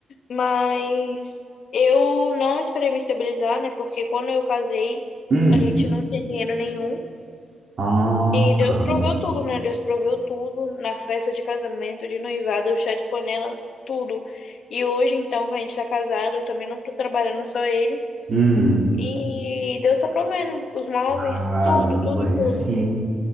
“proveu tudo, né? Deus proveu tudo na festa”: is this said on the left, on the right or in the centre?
Left